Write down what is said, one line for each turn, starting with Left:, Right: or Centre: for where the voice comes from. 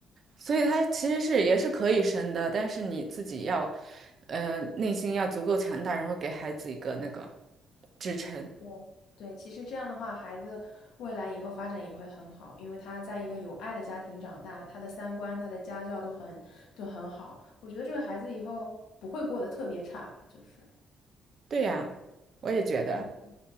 Right: 所以他其实是也是可以生的，但是你自己要呃内心要足够强大，然后给孩子一个那个支撑。
Left: 对对，其实这样的话，孩子未来以后发展也会很好，因为他在一个有爱的家庭长大，他的三观、他的家教都很都很好。我觉得这个孩子以后不会过得特别差吧，就是
Right: 对呀，我也觉得。
Left: 嗯，